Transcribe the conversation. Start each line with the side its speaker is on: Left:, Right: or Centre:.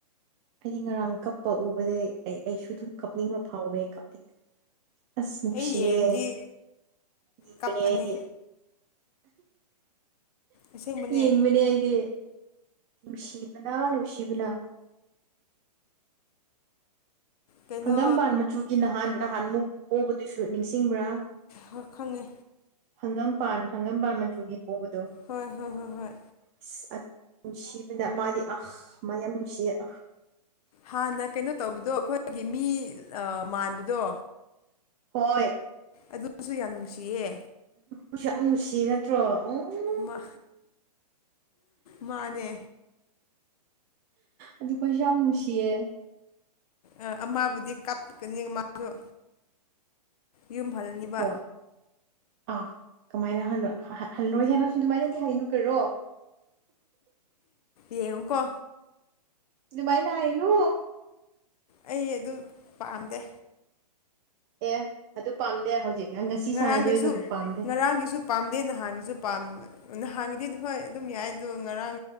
Right: ꯑꯩꯗꯤ ꯉꯔꯥꯡ ꯀꯞꯄ ꯎꯕꯗꯩ ꯑꯩ ꯑꯩꯁꯨ ꯑꯗꯨꯝ ꯀꯞꯅꯤꯡꯕ ꯐꯥꯎꯋꯦ ꯀꯞꯅꯤꯡ ꯑꯁ ꯅꯨꯡꯁꯤꯕꯦ
Left: ꯑꯩ ꯌꯦꯡꯗꯤ
Right: ꯌꯦꯡꯕꯅꯤ
Left: ꯀꯞꯑꯅꯤ
Right: ꯑꯩꯗꯤ
Left: ꯑꯁꯦꯡꯕꯅꯦ
Right: ꯌꯦꯡꯕꯅꯦ ꯑꯩꯗꯤ ꯅꯨꯡꯁꯤꯕꯅ ꯅꯨꯡꯁꯤꯕꯅ
Left: ꯀꯩꯅꯣ
Right: ꯍꯪꯒꯥꯝꯕꯥꯟ ꯃꯆꯨꯒꯤ ꯅꯍꯥꯟ ꯅꯍꯥꯟꯃꯨꯛ ꯄꯣꯕꯗꯨꯁꯨ ꯨ ꯅꯤꯡꯁꯤꯡꯕ꯭ꯔꯥ
Left: ꯍꯣꯏ ꯈꯪꯉꯦ
Right: ꯍꯪꯒꯝꯄꯥꯟ ꯍꯪꯉꯝꯄꯥꯟ ꯃꯆꯨꯒꯤ ꯄꯣꯕꯗꯣ
Left: ꯍꯣꯏ ꯍꯣꯏ ꯍꯣꯏ ꯍꯣꯏ
Right: ꯑꯁ ꯑꯗꯨ ꯅꯨꯡꯁꯤꯕꯅ ꯃꯥꯗꯤ ꯑꯍꯥ ꯃꯥꯗꯤ ꯌꯥꯝ ꯅꯨꯡꯁꯤꯌꯦ ꯑꯥ
Left: ꯍꯥꯟꯅ ꯀꯩꯅꯣ ꯇꯧꯕꯗꯣ ꯑꯩꯈꯣꯏꯒꯤ ꯃꯤ ꯑꯥ ꯃꯥꯟꯕꯗꯣ
Right: ꯍꯣꯏ
Left: ꯑꯗꯨꯁꯨ ꯌꯥꯝ ꯅꯨꯡꯁꯤꯌꯦ
Right: ꯨꯁꯨ ꯌꯥꯝ ꯅꯨꯡꯁꯤ ꯅꯠꯇ꯭ꯔꯣ ꯎꯝ
Left: ꯃꯥ ꯃꯥꯅꯦ
Right: ꯑꯗꯨꯀꯣꯏꯁꯤ ꯌꯥꯝ ꯅꯨꯡꯁꯤꯌꯦ
Left: ꯑꯥ ꯑꯃꯕꯨꯗꯤ ꯀꯥꯞꯀꯅꯤ ꯃꯥꯗꯣ ꯌꯨꯝ ꯍꯜꯂꯅꯤꯕ
Right: ꯍꯣꯏ ꯑꯥ ꯀꯃꯥꯏꯅ ꯍꯜꯂꯣꯏ ꯍꯜꯂꯣꯏ ꯍꯦ ꯅꯪꯁꯨ ꯗꯨꯃꯥꯏꯅꯗꯤ ꯍꯥꯏꯅꯨ ꯀꯩꯔꯣ
Left: ꯌꯦꯉꯣꯀꯣ
Right: ꯑꯗꯨꯃꯥꯏꯅ ꯍꯥꯏꯅꯨ
Left: ꯑꯩ ꯑꯗꯨ ꯄꯥꯝꯗꯦ
Right: ꯑꯦ ꯑꯗꯨ ꯄꯥꯝꯗꯦ ꯍꯧꯖꯤꯛ ꯉꯁꯤ
Left: ꯉꯔꯥꯡꯒꯤꯁꯨ
Right: ꯁꯥꯟꯅꯗꯣꯏꯗꯣ ꯄꯥꯝꯗꯦ
Left: ꯉꯔꯥꯡꯒꯤꯁꯨ ꯄꯥꯝꯗꯦ ꯅꯍꯥꯟꯒꯤꯁꯨ ꯄꯥꯝ ꯅꯥ ꯍꯥꯡꯒꯤꯗꯤ ꯍꯣꯏ ꯑꯗꯨꯝ ꯌꯥꯏ ꯑꯗꯣ ꯉꯔꯥꯡ